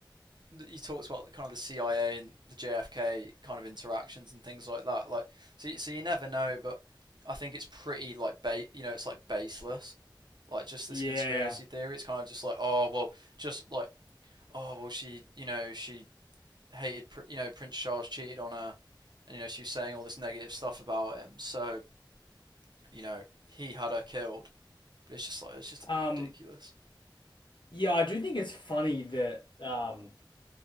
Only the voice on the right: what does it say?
you talked about kind of the CIA and the JFK kind of interactions and things like that. Like, so you- so you never know, but I think it's pretty like ba- you know, it's like baseless. Like just this
conspiracy theory. It's kind of just like, oh well, just like, oh well, she, you know, she hated, you know, Prince Charles cheated on her, and you know, she was saying all this negative stuff about him. So you know, he had her killed. But it's just like it's just a bit
ridiculous.